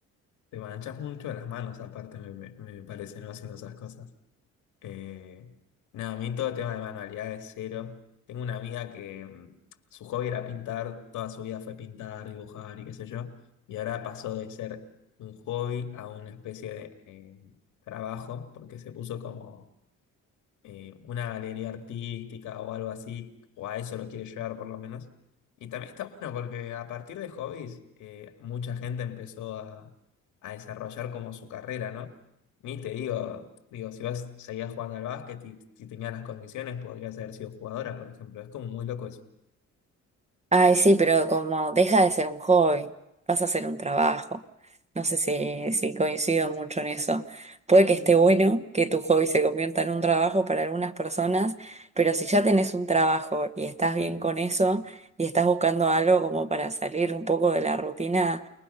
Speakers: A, on the left; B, on the right.
A: Te manchas mucho las manos aparte, me, me- me parece, ¿no? Haciendo esas cosas. Eh, nada, a mí todo tema de manualidades cero. Tengo una amiga que mm, su hobby era pintar, toda su vida fue pintar, dibujar y qué sé yo, y ahora pasó de ser un hobby a una especie de eh, trabajo, porque se puso como eh, una galería artística o algo así, o a eso lo quiere llevar por lo menos. Y también está bueno porque a partir de hobbies, eh, mucha gente empezó a, a desarrollar como su carrera, ¿no? Ni te digo, digo, si vas, seguías jugando al básquet y si tenías las condiciones, podrías haber sido jugadora, por ejemplo. Es como muy loco eso.
B: Ay, sí, pero como deja de ser un hobby, pasa a ser un trabajo. No sé si, si coincido mucho en eso. Puede que esté bueno que tu hobby se convierta en un trabajo para algunas personas, pero si ya tenés un trabajo y estás bien con eso y estás buscando algo como para salir un poco de la rutina